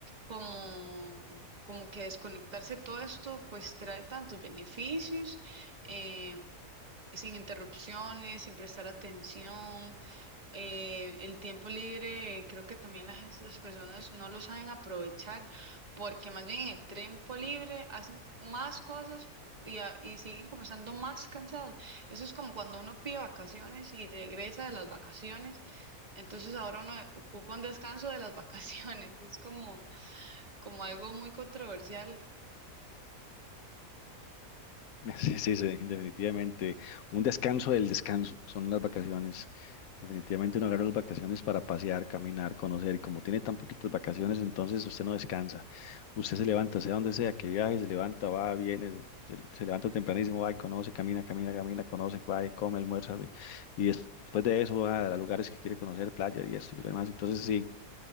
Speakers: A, on the right; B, on the left.
A: como, como que desconectarse de todo esto pues trae tantos beneficios, eh, sin interrupciones, sin prestar atención, eh, el tiempo libre, creo que también las, gen- las personas no lo saben aprovechar porque más bien en el tiempo libre hacen más cosas. Y, a- y siguen como estando más cansados. Eso es como cuando uno pide vacaciones y regresa de las vacaciones entonces ahora uno ocupa un descanso de las vacaciones, <laughs> es como, como algo muy controversial.
B: <laughs> Sí, sí, sí, definitivamente. Un descanso del descanso, son las vacaciones. Definitivamente uno agarra las vacaciones para pasear, caminar, conocer. Y como tiene tan poquitas vacaciones, entonces usted no descansa. Usted se levanta, sea donde sea, que viaje, se levanta, va, viene, se, se levanta tempranísimo, va y conoce, camina, camina, camina, conoce, va y come, almuerza. Y, y des- después de eso va a lugares que quiere conocer, playa y esto y lo demás. Entonces sí,